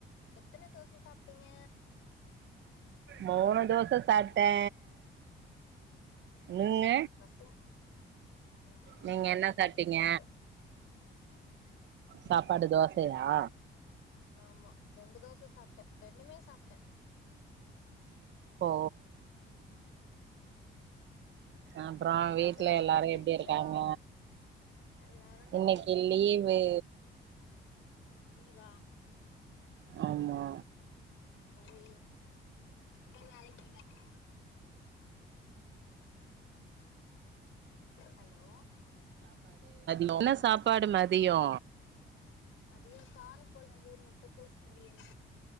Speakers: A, on the left; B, on the right.
A: எத்தன தோச சாப்ட்டீங்க
B: மூணு தோச சாப்ட்டே நீங்க
A: பசங் நா
B: நீங்க
A: ரெண்டு
B: என்ன சாப்ட்டீங்க
A: தோச சாப்டே
B: சாப்பாடு தோசையா
A: ஆமா ரெண்டு தோச சாப்டே ரெண்டுமே சாப்டே
B: ஃபோ அப்புறோ வீட்டுல
A: பசங்க ஸ்கூல்
B: எல்லாரு
A: போயிச்சா
B: எப்டி இருக்காங்க
A: எல்லாரு நல்லா
B: இன்னைக்கு
A: இருக்காங்க
B: லீவு
A: இன்னைக்கு லீவா
B: ஆமா
A: சாரி இவ வேலைக்கு போயிட்டாறா ஹலோ
B: என்ன சாப்பாடு மதியோ
A: மதியோ காரக்கொழம்பு முட்டக்கோஸ் பொரியல்